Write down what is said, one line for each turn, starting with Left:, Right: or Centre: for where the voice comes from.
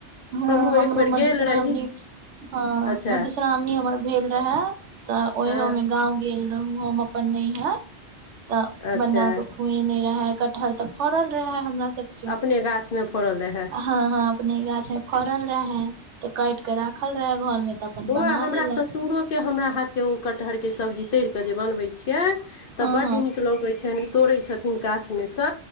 Right: हँ
Left: हमहूँ एक
Right: हमरो
Left: बेर
Right: मधुश्रावणी
Left: गेल रही
Right: हँ
Left: अच्छा
Right: मधुश्रावणी हमर भेल रहए तऽ ओहियोमे
Left: हँ
Right: गाँव गेल रहूं हम अपन नैहर तऽ
Left: अच्छा
Right: बना क खुएने रहै कटहर तऽ फरल रहै हमरा सब
Left: अपने गाछमे फड़ल रहै
Right: हॅं हॅं अपने गाछ में फड़ल रहे तऽ काइट क राखल रहे घर में तऽ अपन
Left: बौआ
Right: बना
Left: हमरा
Right: देलक
Left: ससुरो के हमरा हाथ के ओ कटहर के सब्जी तैर कऽ जे बनबै छी यै तऽ
Right: हँ
Left: बड्ड
Right: हँ
Left: नीक लगै छनि तोड़ै छथिन गाछमे सँ